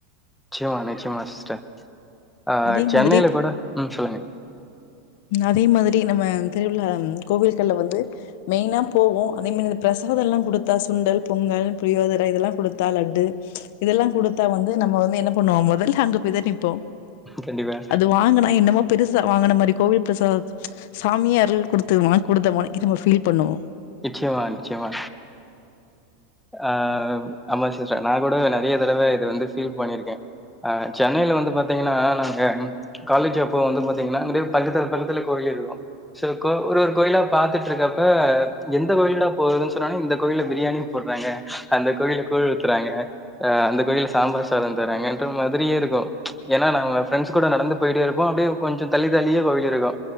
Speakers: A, in the centre; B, on the left.
A: நிச்சய்மா நிச்சய்மா சிஸ்டர் ஆ
B: அதே
A: சென்னைல
B: மாதிரி
A: கூட ம் சொல்லுங்க
B: அதே மாதிரி நம்ம திருவிழா கோவில்கள்ல வந்து மெய்னா போகு அதேமாரி இந்த பிரசாதம் எல்லா குடுத்தா சுண்டல் பொங்கல் புரியோதரம் இதெல்லா குடுத்தா லட்டு இதெல்லா குடுத்தா வந்து நம்ம வந்து என்ன பண்ணுவோ முதல்ல அங்க போய் தா நிப்போ
A: கண்டிப்பா
B: அது வாங்கனா என்னமோ பெருசா வாங்கின மாரி கோவில் பிரசாதம் சாமியே அருள் குடுத்து வாய்ங் குடுத்த மாரி நம்ம பீல் பண்வோ
A: நிச்சியமா நிச்சியமா ஆ ஆமா சிஸ்டர் நா கூட நெறைய தடவ இது வந்து ஃபீல் பண்ணிருக்கே ஆ சென்னைல வந்து பாத்தீங்னா நாங்க காலேஜ் அப்போ வந்து பாத்தீங்னா அங்குடே பக்கத்துல பக்கத்துல கோயில் இருக்கு <unintelligible> ஒரு ஒரு கோயிலா பாத்துட் இருக்கப்ப எந்த கோயில்டா போறதுன் சொன்னாங்க இந்த கோயில்ல பிரியாணி போட்றாங்க அந்த கோயில கூழ் ஊத்துறாங்க அ அந்த கோயில சாம்பார் சாதம் தராங்கன்ற மாதிரியே இருக்கு ஏனா நாங்க ஃரெண்ட்ஸ் கூட நடந்து போயிட்டே இருப்போ அப்டியே கொஞ்ச தள்ளி தள்ளியே கோயில் இருக்கு